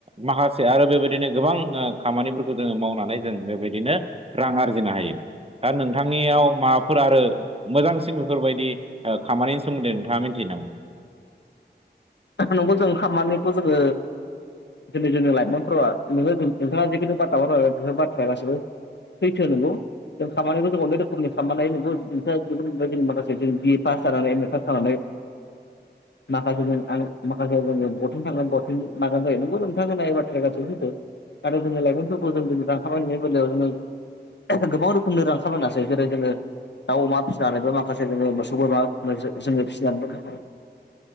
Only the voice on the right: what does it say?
माखासे आरो बेबायदिनो गोबां खामानिफोरखौ जोङो मावनानै जों बेबायदिनो रां आरजिनो हायो दा नों थांनियाव माबाफोर आरो मोजांसिन बेफोरबायदि खामानिनि सोमोन्दै नोंथांङा मिथियो नामा?